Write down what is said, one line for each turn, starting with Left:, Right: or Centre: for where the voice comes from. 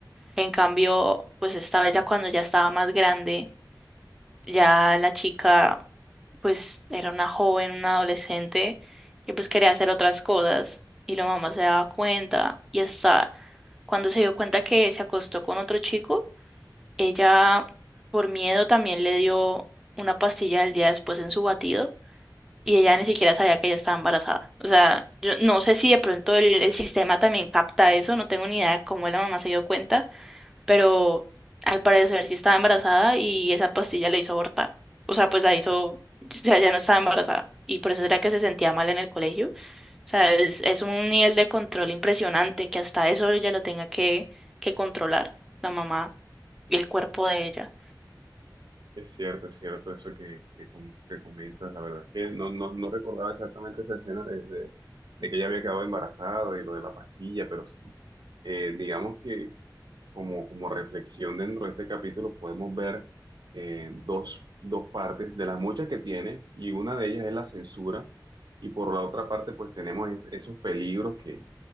Centre: en cambio, pues esta vez ya cuando ya estaba más grande, ya la chica pues era una joven, una adolescente que pues quería hacer otras cosas y la mamá se daba cuenta y hasta cuando se dio cuenta que se acostó con otro chico, ella por miedo también le dio una pastilla el día después en su batido y ella ni siquiera sabía que ella estaba embarazada. O sea, yo no sé si de pronto el, el sistema también capta eso, no tengo ni idea de cómo la mamá se dio cuenta pero al parecer sí estaba embarazada y esa pastilla le hizo abortar. O sea, pues la hizo, o sea, ya no estaba embarazada. Y por eso era que se sentía mal en el colegio. O sea, es, es un nivel de control impresionante que hasta eso ella lo tenga que, que controlar, la mamá y el cuerpo de ella.
Right: Es cierto, es cierto eso que, que, com- que comentas. La verdad es que no, no, no recordaba exactamente esa escena de, de- de que ella había quedado embarazada y lo de la pastilla, pero sí, eh, digamos que como, como reflexión dentro de este capítulo podemos ver eh, dos, dos partes de las muchas que tiene y una de ellas es la censura y por la otra parte pues tenemos es- esos peligros que,